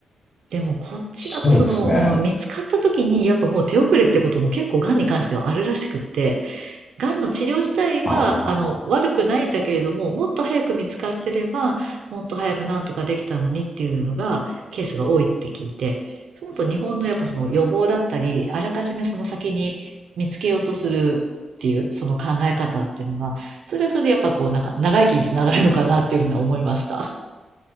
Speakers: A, on the right (about 75°); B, on the left (about 20°).
A: でもこっちだとその、
B: そうですね。
A: うん、見つかった時にやっぱもう手遅れってことも結構がんに関してはあるらしくって、癌の治療自体は、
B: ああ、
A: あの、悪くないんだけれども、もっと早く見つかってれば、もっと早くなんとかできたのにっていうのが、ケースが多いって聞いて、そう思うと日本のやっぱその予防だったり、あらかじめその先に見つけようとするっていう、その考え方っていうのが、それはそれでやっぱこう、なんか長生きにつながるのかなっていうふうには思いました。